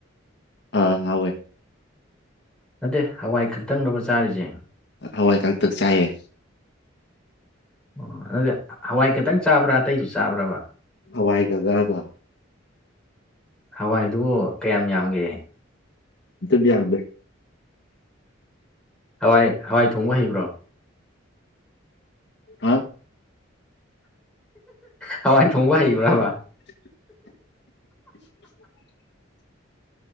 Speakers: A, on the left; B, in the centre.
A: ꯑꯥ ꯍꯣꯏ
B: ꯅꯠꯇꯦ ꯍꯋꯥꯏ ꯈꯛꯇꯪꯗꯔꯕ ꯆꯥꯔꯤꯁꯦ
A: ꯍꯋꯥꯏ ꯀꯥꯛꯇꯛ ꯆꯥꯏꯑꯦ
B: ꯑꯣ ꯑꯗꯨꯗꯤ ꯍꯋꯥꯏ ꯈꯇꯪ ꯆꯥꯕ꯭ꯔꯥ ꯑꯇꯩꯁꯨ ꯆꯥꯕ꯭ꯔꯕ
A: ꯍꯋꯥꯏꯒ ꯉꯥꯒ
B: ꯍꯋꯥꯏꯗꯨꯕꯨ ꯀꯌꯥꯝ ꯌꯥꯝꯒꯦ
A: ꯑꯗꯨꯗꯤ ꯌꯥꯝꯗꯦ
B: ꯍꯋꯥꯏ ꯍꯋꯥꯏ ꯊꯣꯡꯕ ꯍꯩꯕ꯭ꯔꯣ
A: ꯍꯥ
B: ꯍꯋꯥꯏ ꯊꯣꯡꯕ ꯍꯩꯕ꯭ꯔꯥꯕ
A: <inaudible>